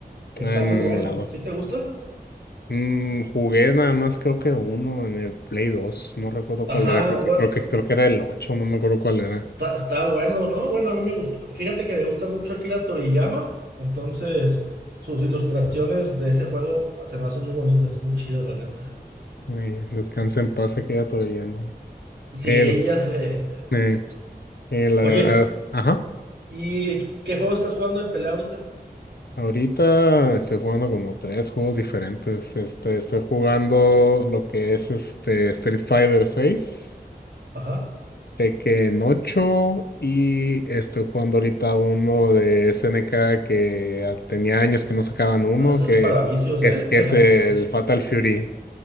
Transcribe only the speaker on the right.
Está
muy
bueno.
¿Sí te gusta?
Ajá,
bueno.
Está, está bueno, ¿no? Bueno, a mí me gustó. Fíjate que me gusta mucho Akira Toriyama, entonces sus ilustraciones de ese juego se me hacen muy bonitas, muy chidas, la neta.
Sí,
ella se.
Oye,
¿y qué juego estás jugando de pelea ahorita?
Ajá.
Eso
es para vicios,
¿eh?
<laughs>